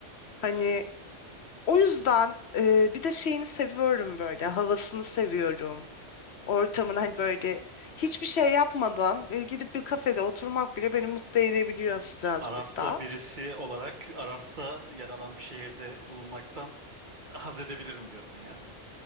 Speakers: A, on the left; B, on the right.
A: Hani O yüzden e, bir de şeyini seviyorum böyle havasını seviyorum. ortamın hani böyle hiçbir şey yapmadan e, gidip bir kafede oturmak bile beni mutlu edebiliyor Strasbourg'da.
B: Araf'ta birisi olarak Araf'ta yer alan bir şehirde bulunmaktan haz edebilirim diyorsun yani.